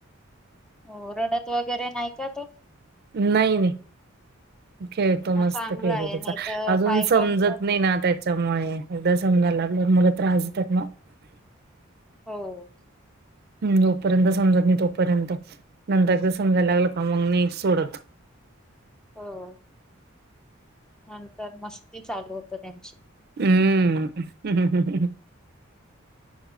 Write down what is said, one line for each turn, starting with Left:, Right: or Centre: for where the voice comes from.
Centre: हो, रडत वगैरे नाही का तो?
Right: नाही नाही. खेळतो मस्त
Centre: मग चांगला
Right: खेळतो
Centre: आहे
Right: त्याचा.
Centre: नाही तर
Right: अजून
Centre: काय
Right: समजत
Centre: कायच
Right: नाही ना त्या च्यामुळे, एकदा समजायला लागल्यावर मुल त्रास देतात ना.
Centre: हो.
Right: हू जोपर्यंत समजत नाही, तोपर्यंत नंतर ते समजायला लागलं का मग नाही सोडत
Centre: हो. त्यानंतर मस्ती चालू होत त्यांची.
Right: हुं. <inaudible>